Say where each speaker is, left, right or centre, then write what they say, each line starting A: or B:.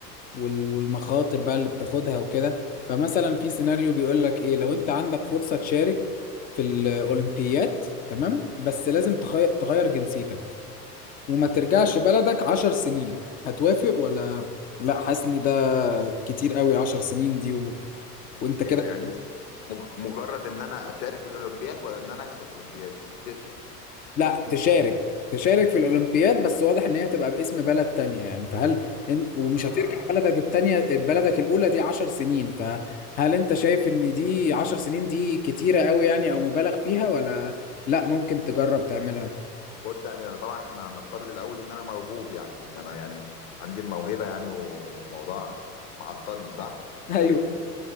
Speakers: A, on the left (about 20°); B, on the left (about 45°).
A: والمخاطر بقى اللي بتاخدها وكده فمثلا في سيناريو بيقول لك ايه لو انت عندك فرصة تشارك في الأولمبياد تمام بس لازم تغير تغير جنسيتك وما ترجعش بلدك عشر سنين هتوافق ولا لا حاسس ان ده كتير قوي عشر سنين دي و... وانت كده
B: ايه ده يعني مج... مجرد ان انا اشارك في الاولمبياد ولا ان انا اكسب اولمبياد تفرق
A: لا تشارك تشارك في الأولمبياد بس واضح إن هي تبقى باسم بلد تانية يعني فهل إن... ومش
B: اه
A: هترجع بلدك التانية بلدك الأولى دي عشر سنين فهل أنت شايف إن دي عشر سنين دي كتيرة قوي يعني أو مبالغ فيها ولا لا ممكن تجرب تعملها؟
B: بص يعني أنا طبعا احنا هنفترض الاول ان انا موهوب يعني ان انا يعني عندي موهبه يعني وموضوع معطلني صح يعني
A: ايوه